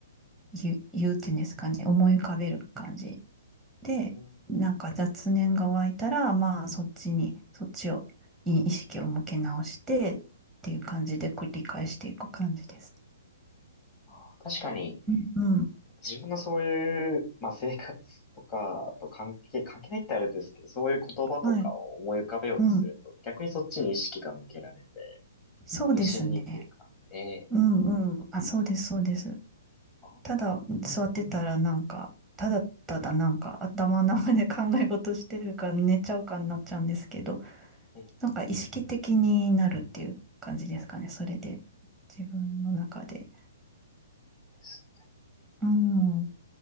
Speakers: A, in the centre; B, on the left.
A: う、言う、言うっていうんですかね、思い浮かべる感じで、
B: うん
A: なんか雑念が湧いたら、まあそっちに、そっちを、に意識を向け直してっていう感じで繰り返していく感じです。
B: あー確かに、
A: うんうん、
B: 自分のそういう、まあ、生活とかと関係、関係ないってあれですけど、そういう言葉とかを思い浮かべようとすると、
A: はい。うん。
B: 逆にそっちに意識が向けられて、
A: そうですね。
B: 無心にっていうか、ええ
A: うんうん。あ、そうです、そうです。
B: あ、
A: ただ座ってたらなんか、ただただなんか頭の中で考え事してるか寝ちゃうかになっちゃうんですけど、
B: ええ
A: なんか意識的になるっていう感じですかね。それで、自分の中で。
B: うんです
A: うん。